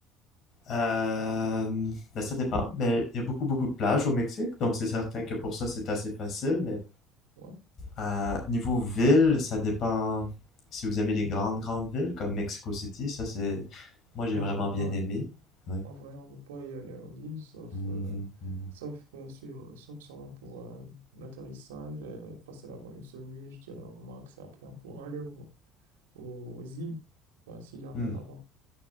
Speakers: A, on the left; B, on the right.
A: Euh, ben, ça dépend. Mais il y a beaucoup, beaucoup de plages au Mexique, donc c'est certain
B: D'accord?
A: que pour ça, c'est assez facile. Mais
B: Ouais.
A: Euh, niveau ville, ça dépend si vous aimez les grandes, grandes villes comme Mexico City. Ça, c'est. Moi, j'ai
B: Non,
A: vraiment
B: non, en
A: bien
B: vrai,
A: aimé. Ouais.
B: En vrai, on ne peut pas y aller aux îles, sauf,
A: Mhm,
B: euh,
A: mhm.
B: sauf, euh, sur, sauf sûrement pour euh, l'atterrissage et passer là-bas une seule nuit, je dirais au max. Et après, on pourra aller au- aux îles, bah, s'il y en
A: Hmm.
B: a là-bas.